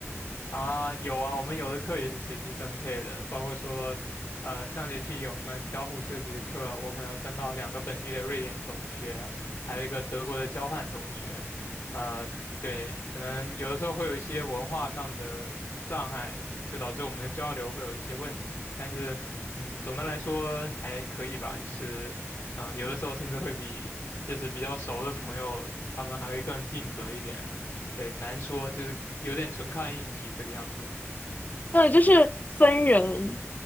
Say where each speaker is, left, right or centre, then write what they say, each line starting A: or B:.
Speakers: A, on the left; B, on the left.
A: 啊，有啊，我们有的课也是随机分配的，包括说，呃，上学期有一门交互设计的课，我可能分到两个本地的瑞典同学，还有一个德国的交换同学，呃，对，可能有的时候会有一些文化上的障碍，就导致我们的交流会有一些问题，但是，嗯，总的来说还可以吧，就是，呃，有的时候甚至会比就是比较熟的朋友，他们还会更尽责一点。对，难说，就是有点纯靠运气这个样子。
B: 对，就是分人，